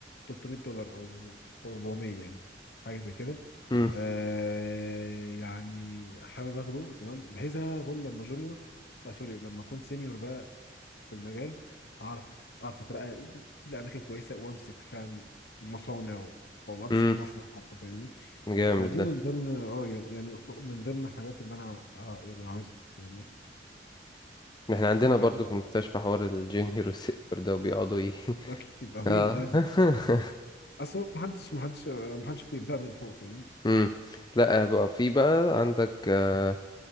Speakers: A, on the left; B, on the left.
A: 300 دولار او أو 400 يعني حاجه زي كده
B: مم.
A: آه يعني حابب اخده تمام بحيث إن انا اكون لما جونيور آه سوري لما اكون سينيور بقى في المجال اعرف اعرف اترقى لاماكن كويسه وامسك فعلا مصانع و- او امسك
B: مم.
A: مصنع حتى فاهمني
B: جامد
A: فدي
B: ده
A: من ضمن اه يعني يعني من ضمن الحاجات اللي انا آه يعني عايزها فاهمني
B: احنا عندنا
A: فاهمني؟
B: برضو في المستشفى حوار الجونيور والسينيور ده وبيقعدوا ايه
A: اكيد
B: <laughs>
A: اكيد
B: اه
A: لازم
B: <laughs>
A: اصل محدش محدش محدش بيبدأ من فوق فاهم
B: امم لا بقى في بقى عندك آه،